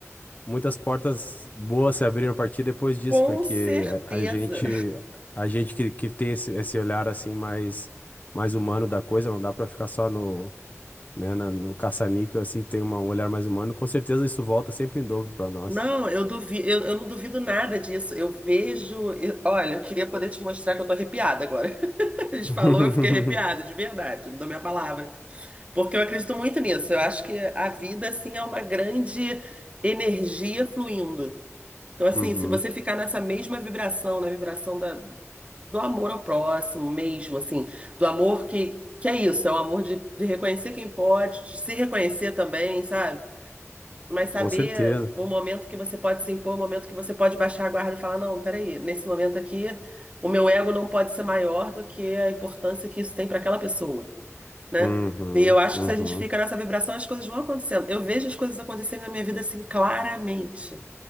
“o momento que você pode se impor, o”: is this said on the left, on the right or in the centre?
Right